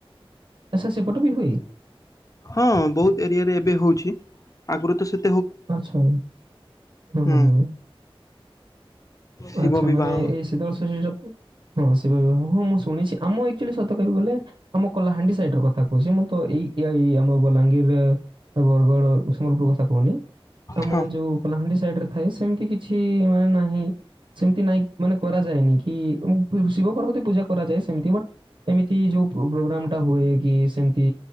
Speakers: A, on the right; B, on the left.
A: ଆଚ୍ଛା, ସେପଟ ବି ହୁଏ?
B: ହଁ। ବହୁତ ଏରିଆ ରେ ଏବେ ହଉଛି। ଆଗରୁ ତ ସେ
A: ଆଚଛା। ହୁ।
B: ହୁଁ ଶିବ
A: ଆଚ୍ଛା।
B: ବିବାହ
A: ମାନେ ଏଇ ଶୀତଳଷଷ୍ଠୀ ପୂଜାକୁ ହଁ, ଶିବ ବିବାହ। ହଁ ମୁଁ ଶୁଣିଛି, ଆମ ଆକଚୁଆଲି ସତ କହିବାକୁ ଗଲେ ଆମ କଳାହାଣ୍ଡି ସାଇଡରେ କଥା କହୁଚି। ମୁଁ ତ ଏଇ ଏଇ ଆମ ବଲାଙ୍ଗୀର ବରଗଡ ସମ୍ବଲପୁର କଥା କହୁନି <unintelligible> ଆମ
B: ହଁ
A: ଯୋଉ କଲାହାଣ୍ଡି ସାଇଡ୍ ରେ ଥାଏ ସେମିତି କିଛି ମାନେ ନାହିଁ ସେମତି ନାଇଁ ମାନେ କରାଯାଏନି କି ଶିବ ପାର୍ବତୀ ପୂଜା କରାଯାଏ। ସେମିତି ବଟ୍ ଏମିତି ଯୋଉ ପୋ ପ୍ରୋଗ୍ରାମ ଟା ହୁଏ କି ସେମିତି